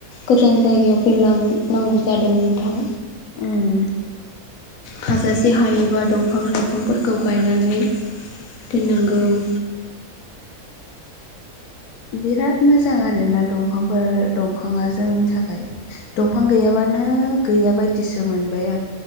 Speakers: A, on the left (about 65°); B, on the left (about 80°).
A: गोजान जायगायाव बिरलांनांगौ जादों नोंथां
B: उम
A: हाजासे हायोबा दंफां लाइफांफोरखौ गायनानै दोननांगौ
B: बिराद मोजां आरोना दंफांफोर दंफाङा जोंनि थाखाय दंफां गैयाबा नो गैया बायदिसो मोनबाय आं